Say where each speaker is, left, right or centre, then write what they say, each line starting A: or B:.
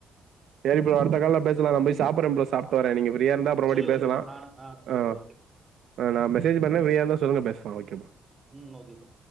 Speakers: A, on the right; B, on the right.
A: சேரி ப்ரோ அடுத்த கால்ல பேசலா நா போயி சாப்பர்றே ப்ரோ சாப்ட்டு வரே நீங்க ஃப்ரியாருந்தா அப்றோவாட்டி
B: சரி
A: பேசலா
B: ஓகே ப்ரோ நானு ஆ சரி
A: அ
B: ப்ரோ ஓகே ப்ரோ
A: நா மெசேஜ் பண்ணே ஃப்ரியாருந்தா சொல்லுங்க பேசலா ஓகே ப்ரோ
B: ம் ஓகே ப்ரோ